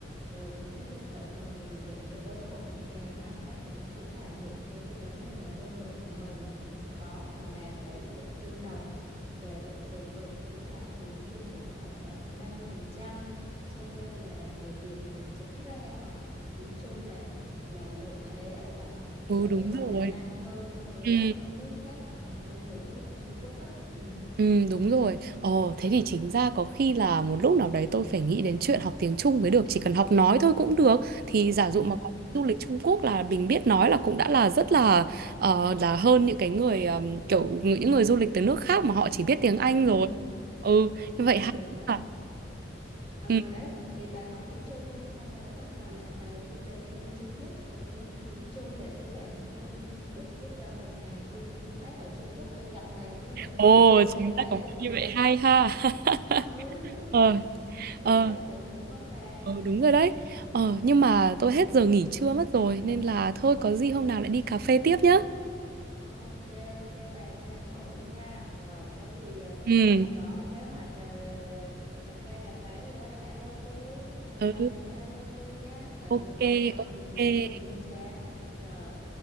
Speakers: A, on the right; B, on the right.
A: ừ, cái lịch sử mà mình bị đô hộ một ngàn năm đó thì nó cũng ảnh hưởng tới cái vấn đề mà ngôn ngữ của mình nó cũng có phần nào cái sự tương đồng về à, từ vựng với lại tiếng Trung Quốc tầm khoảng ba mươi phần trăm cho nên là người Việt mình chính ra học tiếng Trung là là lợi thế á, là học
B: ừ
A: sẽ
B: đúng
A: rất
B: rồi.
A: là nhanh hơn so với
B: Ừ.
A: các cái nước khác mà học ngôn ngữ à, Trung Quốc á ừ
B: Ừ, đúng rồi. Ồ, thế thì chính ra có khi là một lúc nào đấy tôi phải nghĩ đến chuyện học tiếng Trung mới được. Chỉ cần học nói thôi cũng được. Thì giả dụ
A: ừ
B: mà có du lịch Trung Quốc là mình biết nói là cũng đã là rất là ờ, là hơn những cái người ờm, kiểu những người du lịch từ nước khác mà họ chỉ biết tiếng Anh
A: ừ
B: rồi. Ừ, như vậy
A: ừ
B: hay
A: đấy
B: ha.
A: ừ
B: Ừ.
A: đấy thì bà học tiếng Trung đi xong rồi bắt đầu là bà du lịch bên Trung Quốc còn tôi học tiếng Trung để tôi làm cho công ty Trung Quốc biết đâu một ngày tôi đi công tác ở Trung Quốc tôi gặp bà du lịch
B: Ồ,
A: ở Trung Quốc thì
B: chính ra
A: sao
B: có
A: đúng
B: như
A: không
B: vậy hay ha. <laughs>
A: <laughs> ừ
B: Ờ,
A: biết
B: ờ,
A: đâu được đúng không bà
B: ờ, đúng rồi đấy. Ờ, nhưng mà tôi hết giờ nghỉ trưa mất rồi nên là thôi có gì hôm nào lại đi cà phê tiếp nhá.
A: Ok, ok bà tranh thủ nha. Rồi có gì ờ,
B: Ừ.
A: ờ, có kế hoạch ờ, ờ, cà phê cà phê gì đó alo tôi, lúc nào
B: Ừ.
A: cần thì alo tôi nha. Ở
B: ok
A: nhà hoài
B: ok
A: thì cũng buồn cũng chán. Rồi,